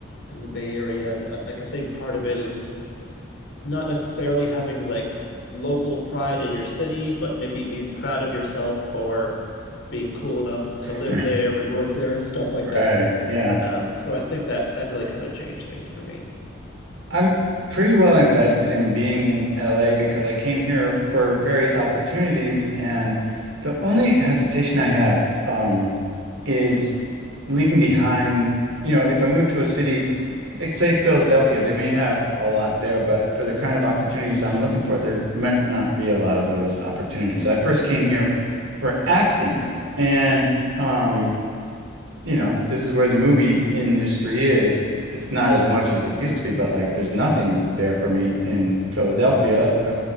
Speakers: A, on the left; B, on the right.
A: in the Bay Area, the, like a big part of it is not necessarily having like local pride in your city, but maybe being proud of yourself for being cool enough to
B: <laughs>
A: live there and work there and stuff like
B: Right.
A: that.
B: Yeah.
A: Um, so I think that that really kind of changed things for me.
B: I'm pretty well invested in being in LA because I came here for various opportunities, and the only hesitation I have um, is leaving behind. You know, if I move to a city like, say, Philadelphia, they may have a lot there, but for the kind of opportunities I'm looking for, there might not be a lot of those opportunities. I first came here for acting, and um, you know, this is where the movie industry is. It's not as much as it used to be, but like there's nothing there for me in Philadelphia, uh,